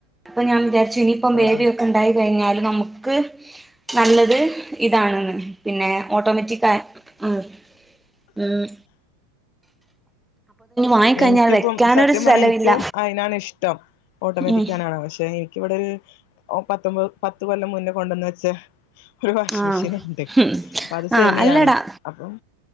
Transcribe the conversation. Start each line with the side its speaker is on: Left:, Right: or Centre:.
Centre: അപ്പൊ ഞാൻ വിചാ രിച്ച് ഇനിയിപ്പം ബേബിയൊക്കെ
Left: അത്
Centre: ഉണ്ടായി കഴിഞ്ഞാലും നമുക്ക് ക്ക് നല്ലത് ഇതാണെന്ന് പിന്നെ ഓട്ടോമാറ്റിക് ആ മ് മം വാങ്ങിക്കഴിഞ്ഞാൽ
Left: എനിക്കിപ്പം
Centre: വെക്കാനൊരു
Left: സത്യം
Centre: സ്ഥലമില്ല
Left: പറഞ്ഞാ എനിക്കും അയിനാണ് ഇഷ്ടം ഓട്ടോമാറ്റിക്കാനാണ്
Centre: ഉം
Left: പക്ഷെ എനിക്കിവിടെ ഒരു ഓ പത്തൊമ്പത് പത്തുകൊല്ലം മുന്ന കൊണ്ടെന്നു വെച്ചേ ഒരു വാഷിങ്
Centre: ആഹ്
Left: മെഷീൻ ഉണ്ട്
Centre: ഉം
Left: അപ്പൊ അത് സെമിയാണ്
Centre: ആഹ് അല്ലടാ
Left: അപ്പം